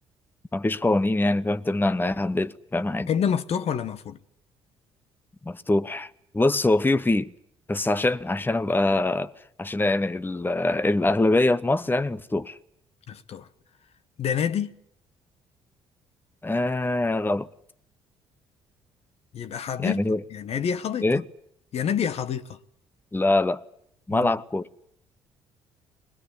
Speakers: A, on the left; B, on the left.
A: مفيش قوانين يعني فاهم تمنع ان اي حد يدخل فاهم عادي
B: المكان ده مفتوح ولا مقفول
A: مفتوح بص هو فيه وفيه بس عشان عشان ابقى عشان يعني ال- الاغلبيه في مصر يعني مفتوح
B: مفتوح ده نادي
A: آه غلط
B: يبقى حديقة
A: يعني
B: يا نادي يا حديقة
A: ايه
B: يا نادي يا حديقة
A: لا لا ملعب
B: مم.
A: كوره